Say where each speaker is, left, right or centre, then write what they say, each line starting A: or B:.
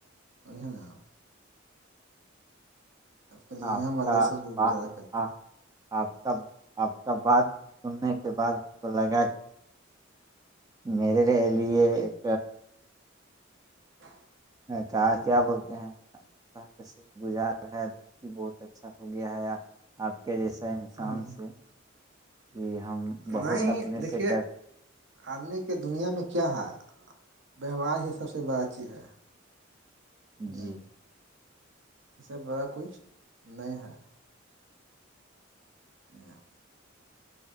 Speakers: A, on the right; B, on the right.
A: اھ نا اب کلے
B: آپ
A: ہے ہم والہ
B: کا
A: سے کو
B: با
A: گزارا کرتے
B: آ- آپ کا آپ کا بات سننے کے بعد ہم کو لگا کہ میرے لیے ایک
A: ہاں
B: کہ کیا بولتے ہیں طح کا شکر گزار رہا دتی بہت اچھا ہو گیا ہے آپ کے جیسا انسان
A: ہیں۔
B: سے کہ ہم بہت
A: نہیں
B: اپنے
A: دیکھیے
B: سے گ
A: آدمی کے دنیا میں کیا ہے ویوہار ہی سب سے بڑا چیز ہے یہ
B: جی
A: سب بڑا کچھ نہیں ہے ج